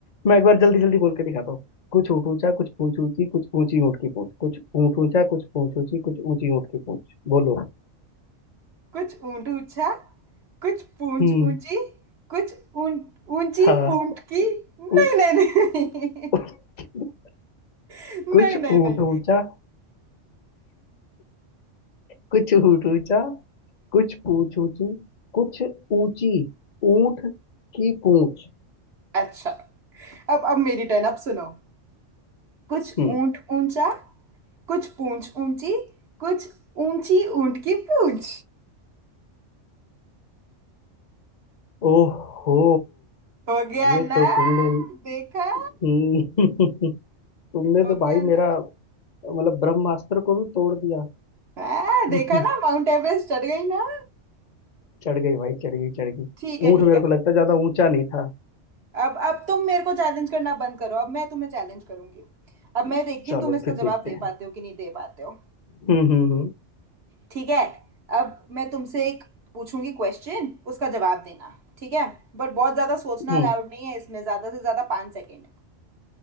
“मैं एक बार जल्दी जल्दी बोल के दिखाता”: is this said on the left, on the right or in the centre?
Left